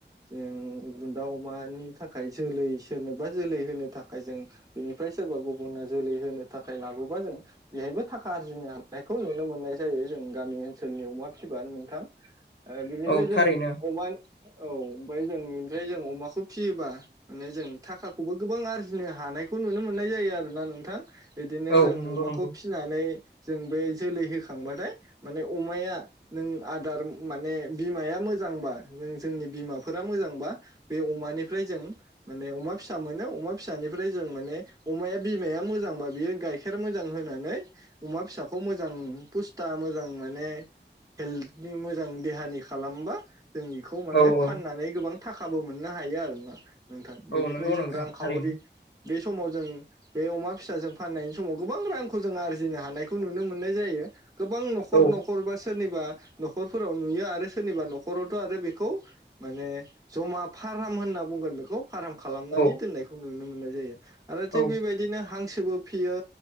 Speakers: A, on the right; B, on the left.
A: जों बुन्दा अमानि थाखाय जोलै सोरनोबा जोलै होनो थाखाय जों बेनिफ्राय सोरबा गुबुना जोलै होनो थाखाय लाबोबा जों बेहायबो थाखा आरजिनो हा हानायखौ नुनो मोननाय जायो जों गामि ओनसोलनि अमा फिसिबा नोंथां ओ बिनिफ्राय
B: औ
A: जों
B: थारैनो
A: अमा औ ओमफ्राय जों ओमफ्राय जों अमाखौ फियोबा माने जों थाखाखौबो गोबां आरजिनो हानायखौ नुनो मोननाय जायो आरोना नोंथां। बिदिनो
B: औ
A: जों
B: नंगौ
A: अमाखौ
B: नंगौ
A: फिसिनानै जों बे जोलै होखांबाथाय माने अमाया नों आदार माने बिमाया मोजांबा नों जोंनि बिमाफोरा मोजांबा बे अमानिफ्राय जों माने अमा फिसा मोनो अमा फिसानिफ्राय जों माने अमाया बिमाया मोजांबा बियो गाइखेर मोजां होनानै अमा फिसाखौ मोजां फुस्था मोजां माने हेल्थनि मोजां देहानि खालामबा जों बेखौ माने
B: औ
A: फाननानै
B: औ
A: गोबां थाखाबो मोननो हायो आरोना नोंथां बेनिफ्राय
B: औ नंगौ
A: जों
B: नोंथां
A: रांखावरि
B: थारैनो
A: बे समाव जों बे अमा फिसाजों फाननायनि समाव गोबां रांखौ जों आरजि जिनो हानायखौ नुनो मोननाय जायो गोबां नखर
B: औ
A: नखर बा सोरनिबा नखरफोराव नुयो आरो सोरनिबा नखरावथ आरो बेखौ माने जमा फाराम होनना बुंगोन बेखौ फाराम खालामनानै
B: औ
A: दोननायखौ नुनो मोननाय जायो आरो थिग
B: औ
A: बेबायदिनो हां बो फियो